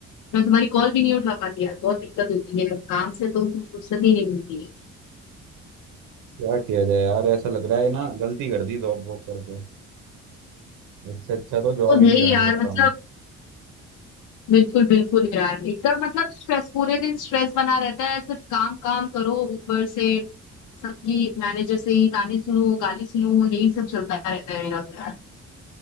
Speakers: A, on the left; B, on the right.
A: मैं तुम्हारी कॉल भी नहीं उठा पाती यार बहुत दिक्कत होती है काम से तो कुछ फुर्सत ही नहीं मिलती है
B: क्या किया जाए यार ऐसा लग रहा है ना गलती कर दी जॉब वॉब करके इससे अच्छा तो जॉब
A: तो
B: ही
A: है
B: नहीं
A: ही
B: ज्वाइन
A: यार
B: करता
A: मतलब
B: मैं
A: बिल्कुल बिल्कुल यार एकदम मतलब स्ट्रेस पूरे दिन स्ट्रेस बना रहता है सिर्फ काम काम करो ऊपर से सबकी मैनेजर से ही ताने सुनो गाली सुनो यही सब चलता रहता है मेरा तो यार